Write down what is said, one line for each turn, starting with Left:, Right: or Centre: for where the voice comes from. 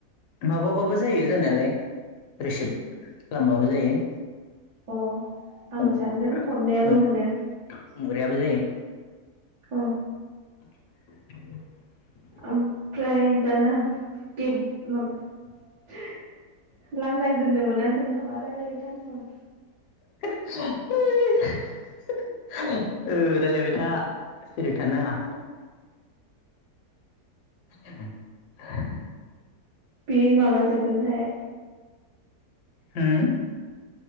Left: माबाबाबो जायो जानायालाय रिसिभ खालामबाबो जायो।
Right: अ आं
Left: हमग्रा
Right: सानदों हरनायाल'
Left: हम
Right: मोनो।
Left: हमग्रायाबो जायो
Right: अ
Left: <inaudible>
Right: ओमफ्राय दाना गेब माबा लांदां दोननो मोना होनदों नामा? रायलायबाय था होनदोंमोन।
Left: <unintelligible> रायलायबाय था। सिरि थानाङा। <unintelligible>
Right: बे माला जोबगोनथाय?
Left: हुम।